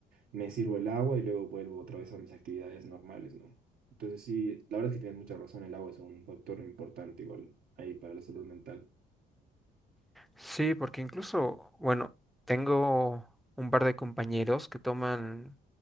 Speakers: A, on the right (about 65°); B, in the centre.
A: me sirvo el agua y luego vuelvo otra vez a mis actividades normales, ¿no? Entonces sí, la verdad es que tienes mucha razón, el agua es un factor importante igual ahí para la salud mental.
B: Sí, porque incluso, bueno, tengo un par de compañeros que toman